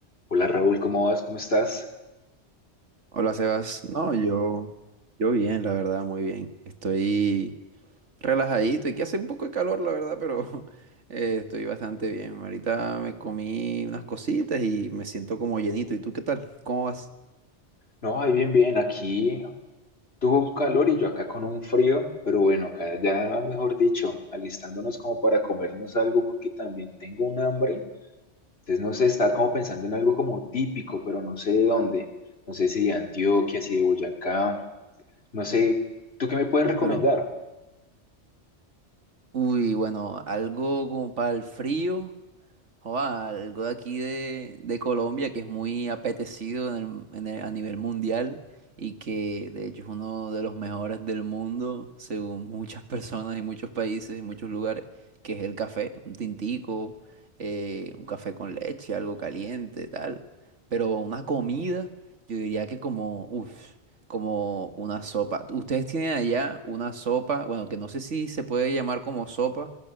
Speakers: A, on the left; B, on the right.
A: Hola Raúl, ¿cómo vas? ¿Cómo estás?
B: Hola Sebas, no, yo, yo bien, la verdad, muy bien. Estoy relajadito, aquí hace un poco de calor, la verdad, pero <laughs> eh, estoy bastante bien. Ahorita me comí unas cositas y me siento como llenito. ¿Y tú qué tal? ¿Cómo vas?
A: No, ahí bien, bien. Aquí tuvo un calor y yo acá con un frío, pero bueno, acá ya, mejor dicho, alistándonos como para comernos algo porque también tengo un hambre. Entonces, no sé, estaba como pensando en algo como típico, pero no sé de dónde. No sé si de Antioquia, si de Boyacá, no sé. ¿Tú qué me puedes
B: Ah,
A: recomendar?
B: pero, uy, bueno, algo como para el frío. joda, algo de aquí de, de Colombia que es muy apetecido en el- en el- a nivel mundial y que de hecho es uno de los mejores del mundo, según <laughs> muchas personas y muchos países y muchos lugares, que es el café, un tintico, eh, un café con leche, algo caliente, tal. Pero una comida, yo diría que como, uff, como una sopa. Ustedes tienen allá una sopa, bueno, que no sé si se puede llamar como sopa